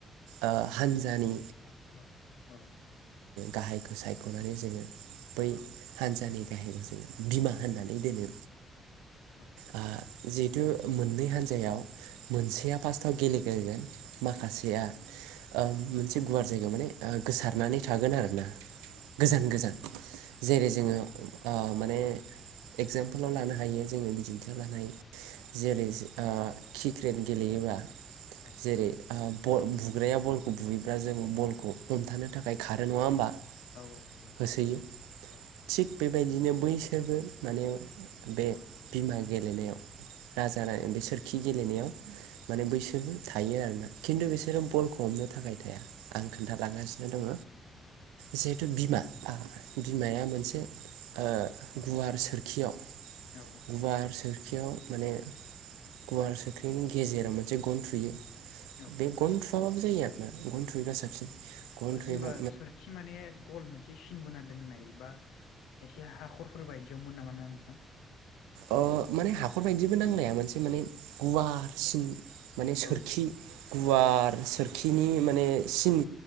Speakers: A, on the right; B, on the left.
A: ओ हानजानि
B: औ औ
A: गाहायखौ सायख'नानै जोङो बै
B: औ
A: हान्जानि गा बिमा होननानै
B: औ
A: दोनो
B: औ
A: ओ जिहेथु मोननै हान्जायाव मोनसेया फार्स्टआव गेलेग्रोगोन माखासेया ओ मोनसे गुवार जायगायाव माने ओ गोसारनानै थागोन आरोना गोजान गोजान जेरै जोङो ओ माने एगजामपोलाव लानो हायो जोङो बिदिन्थि लानाय
B: औ
A: जेरै ओ क्रिकेट गेलेयोबा
B: औ
A: जेरै ओ बल बुग्राया बलखौ बुयोब्ला जों बलखौ हमथानो थाखाय खारो नङा होमबा
B: औ औ नंगौ नोंथां
A: होसोयो
B: औ
A: थिग बेबायदिनो बैसोरबो माने बे बिमा गेलेनायाव राजा रानि बे सोरखि गेलेनायाव माने बैसोरबो थायो आरोना खिन्थु बिसोरो बलखौ हमनो थाखाय थाया आं खोन्थालांगासिनो दङ
B: औ
A: जिहेथु बिमा बिमाया मोनसे ओ
B: औ
A: गुवार सोरखियाव
B: औ
A: गुवार सोरखियाव माने गुवार सोरखिनि गेजेराव मोनसे गन थुयो
B: औ
A: बे गन थुआबाबो जायो आरोना गन थुयोबा साबसिन गन थुयोबा
B: जेनेबा सोरखि माने गल मोनसे सिन बोना दोननाय बा एसे हाखरफोर बायदियाव मोन नामा ना नोंथां
A: अ माने हाखरबायदिबो नांलाया मोनसे माने गुवारसिन माने सोरखि
B: औ
A: गुवार सोरखिनि माने सिम